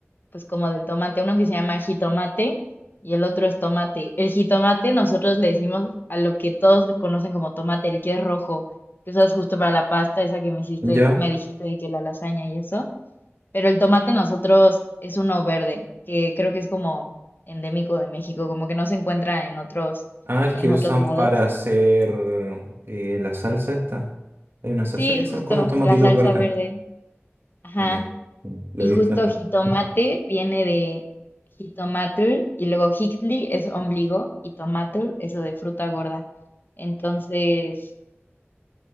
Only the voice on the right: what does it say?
<laughs> ¿Ya?
Ah, el
que usan
para hacer eh, la salsa esta. Hay una salsa
que
son con unos tomatitos
verdes.
Ya. Sí, Lo
he visto
en el...
<laughs>